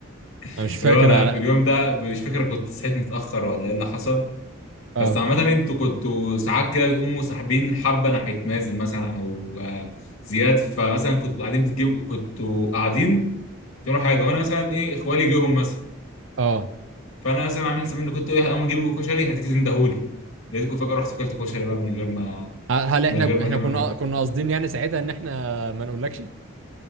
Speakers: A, on the left; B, on the right.
A: <laughs>
B: مش فاكر
A: اللي هو انا
B: انا
A: في اليوم ده مش فاكر كنت صحيت متاخر ولا ايه اللي حصل
B: اه
A: بس عامه انتوا كنتوا ساعات كده بتقوموا ساحبين حبه ناحيه مازن مثلا او آه، زياد فمثلا كنتوا قاعدين بتجيبوا كنتوا قاعدين تعملوا حاجه وانا مثلا ايه اخوالي جيهم مثلا
B: اه
A: فانا مثلا عامل حساب ان كنت ايه هقوم اجيب كشري هتندهولي لقيتكم فجاه رحت كلت كشري بقى من غير ما
B: هل احنا
A: من غير ما
B: احنا
A: تعمل
B: كنا
A: حاجه
B: كنا قاصدين يعني ساعتها ان احنا ما نقولكش